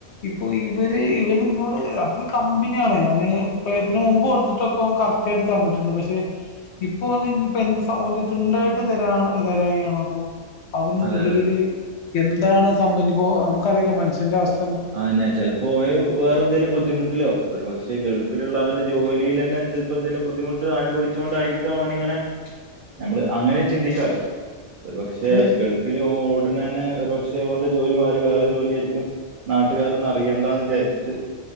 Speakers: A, on the left; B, on the right.
A: ഇപ്പൊ ഇവര് ഇവന് ഇന്നോട് അതിന് കമ്പ്ന്യാണ് ഞാൻ ഇപ്പ ഇതിന് മുമ്പ് കൊടുത്ത്ട്ടൊക്കെ ഓൻ കറ ക്ടായ്ട്ട് തന്നിട്ട്ണ്ട് പഷെ ഇപ്പൊ ഓന് ഇഞ്ഞ്പ്പാെ എന്ത‌ സ ഓന്റെട്ത് ണ്ടായ്ട്ട് തരാ തരായ്‌കയാണോ അതോ അവന്
B: അതെ
A: നിലവില്
B: അതെ
A: എന്താണ് സംഭവഞ്ഞിപ്പോ നമുക്കറീലാ മനുഷ്യന്റെ അവസ്
B: ആന്നെ ചെൽപ്പോ ഓന് വേറെന്തേലും ബുദ്ധിമുട്ടിലോ ഒരുപക് ക്ഷേ പക്ഷെ ഗൾഫിലുള്ള അവന് ജോലിയിലെന്നെ ചെൽപ്പോ ന്തെലും ബുദ്ധിമുട്ട് അനുഭവിച്ചു കൊണ്ടായിരിക്കാം അവൻ ഇങ്ങനെ നമ്മള് അങ്ങനെയു ചിന്തിക്കാലോ ഒരു പക്ഷെ
A: തീർ
B: ഗൾഫില് ഓ ഓടുന്നെന്നെ ഒരുപക്ഷെ ഓന്റെ ജോലി മാറി വേറെ ജോലിയേരിക്കും നാട്ട്കാരൊന്നു അറിയണ്ടാന്ന് വിചാരിച്ചിട്ട്